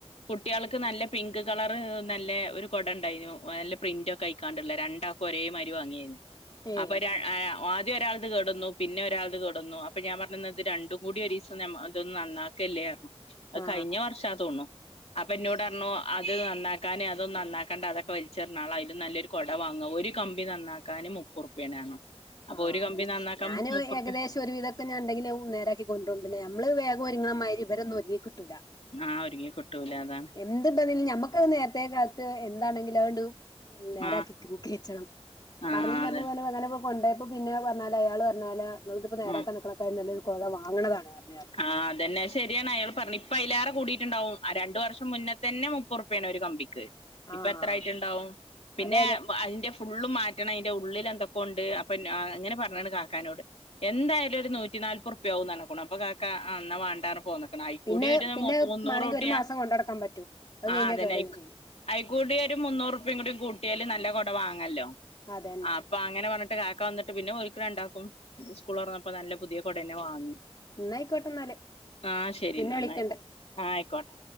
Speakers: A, on the left; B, on the left.
A: കുട്ടികൾക്ക് നല്ല പിങ്ക് കളറ് നല്ല ഒരു കുട ഉണ്ടായിരുന്നു നല്ല പ്രിന്റ് ഒക്കെ അയിക്കാണ്ടള്ളേ രണ്ടാ ക്കും ഒരേ മാതിരി വാങ്ങിയാന്
B: ഏ
A: അപ്പൊ ര ആഹ് ആദ്യം ഒരാളത് കേട് വന്നു പിന്നെ ഒരാളത് കേട് വന്നു അപ്പൊ ഞാൻ പറഞ്ഞു എന്നാ ഇത് രണ്ടും കൂടി ഒരീസം ഇതൊന്ന് നന്നാ ക്കല്ലേ പറഞ്ഞു അത്
B: ആ
A: കഴിഞ്ഞ വർഷവാ തോന്നണു അപ്പൊ എന്നോട് പറഞ്ഞു അത് നന്നാക്കാന് അതൊന്നും നന്നാക്കണ്ട അതൊക്കെ വലിച്ചെറിഞ്ഞാളെ അതിലും നല്ലൊരു കൊട വാങ്ങ ഒരു കമ്പി നന്നാക്കാന് മുപ്പത് റുപ്പിയ ആണ് പറഞ്ഞു അപ്പൊ
B: ആഹ്
A: ഒരു
B: അത്
A: കമ്പി
B: തന്നെ
A: നന്നാക്കാൻ
B: ഞാനും
A: മുപ്പുറുപ്പ്യ
B: ഏകദേശം ഒരുവിധ ത്തിൽ ഉണ്ടെങ്കില് നേരാക്കി കൊണ്ട് വരും പിന്നെ നമ്മള് വേഗം ഒരുങ്ങണ മാതിരി ഇവരൊന്നും ഒരുങ്ങി കിട്ടൂല
A: ആഹ് ഒരുങ്ങി കിട്ടൂല അതാണ്
B: എന്തുണ്ടതിന് ഞമ്മക്കത് നേരത്തെ കാലത്തെ എന്താണെങ്കിലും അതങ്ങട്ട് നേരെയാക്കി
A: ആ
B: <unintelligible>
A: ആ
B: പറഞ്ഞ് പറഞ്ഞ്
A: അതെ
B: പറഞ്ഞ് അങ്ങനെ ഇപ്പ കൊണ്ടോയപ്പോ പിന്നെ പറഞ്ഞാലാ അയാള് പറഞ്ഞോലോ ഇങ്ങളിതിപ്പോ നേരാക്കാൻ
A: ആ
B: നിക്കണേക്കാ നല്ലത് കൊഴ വങ്ങണതാണ് പറഞ്ഞ് പറഞ്ഞ്
A: ആഹ് അതന്നെ ശരിയാണ് അയാള് പർഞ്ഞ് ഇപ്പൊയിലേറെ കൂടിട്ടുണ്ടാവും ആ രണ്ടു വർഷം മുന്നേതന്നെ മുപ്പറുപ്യാണ് ഒരു കമ്പിക്ക്
B: ആഹ്
A: ഇപ്പ എത്രായിറ്റ്ണ്ടാവും പിന്നെ
B: അതെ അതെ
A: അയിന്റെ ഫ് ഫുള്ള് മാറ്റണയിന്റെ ഉള്ളിലെന്തൊക്കോ ഇണ്ട് അപ്പൊ ഞാ അങ്ങനെ പറഞ്ഞണ്ണ് കാക്കാനോട് എന്തായാലൊരു നൂറ്റിനാൽപ്പുർപ്യ ആവൂന്ന് പറഞ്ഞക്കണു അപ്പൊ കാക്ക ആഹ് എന്നാ വാണ്ടാ പർ പോന്ന്ക്കണ് അയിക്കൂടി
B: പിന്നെ
A: ഒരു
B: പിന്നെ
A: മുപ് മുന്നൂറൂറ്പ്യാ
B: മാണെങ്കി ഒരു മാസം കൊണ്ടടക്കാൻ പറ്റും അത്
A: ആഹ്
B: കഴിഞ്ഞാ
A: അതെന്നെ
B: കേട്
A: അയിക്ക്
B: വരും ചെയ്യും
A: അയികൂടി ഒരു മുന്നൂറുപ്പയുകൂടി കൂട്ടിയാല് നല്ല കൊടവാങ്ങല്ലോ
B: അതന്നെ
A: ആഹ് അപ്പൊ അങ്ങനെ പറഞ്ഞിട്ട് കാക്ക ഇക്ക വന്നിട്ട് പിന്നെ ഓലിക്ക് രണ്ടാക്കും സ്കൂളൊറന്നപ്പോ നല്ല പുതിയ കൊടന്നെ വാങ്ങി
B: എന്നായിക്കോട്ടെ എന്നാല്
A: ആഹ് ശെരിന്നാ
B: പിന്നെ വിളിക്കണ്ട്
A: ആയിക്കോട്ടെ ആഹ് ആയിക്കോട്ടെ